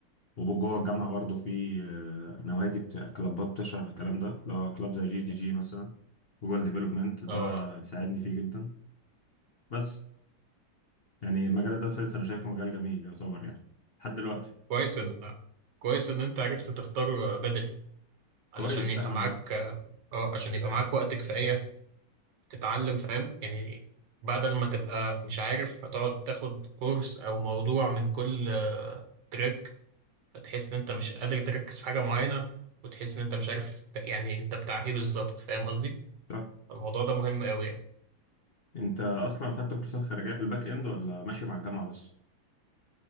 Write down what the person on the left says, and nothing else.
وجوه الجامعة برضو في آه، نوادي بتاع كلابات بتشرح الكلام ده اللي هو كلاب زي جي دي جي مثلا جوجل ديفلوبمنت ده
ساعدني فيه جدا بس يعني مجال الداتا ساينس أنا شايفه مجال جميل يعتبر يعني لحد دلوقتي
كويس
فعلا
اه
طب
أنت أصلا خدت كورسات خارجية في الباك إند ولا ماشي مع الجامعة بس؟